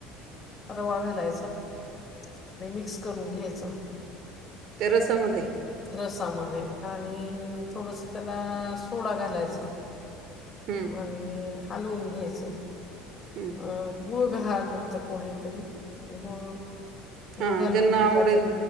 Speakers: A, on the left (about 25°); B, on the right (about 60°).
A: आ रवा घालायचा. आणि मिक्स करून घ्यायचं.
B: तेरसामध्ये
A: रसामध्ये आणि थोडस त्याला सोडा घालायचा
B: हम्म
A: आणि हलवून घ्यायचं
B: हम्म
A: अ गुळ घाला तर कोणी तरी गुळ गुळ
B: हा
A: घालून
B: ज्यांना
A: केला
B: आवडेल
A: तरी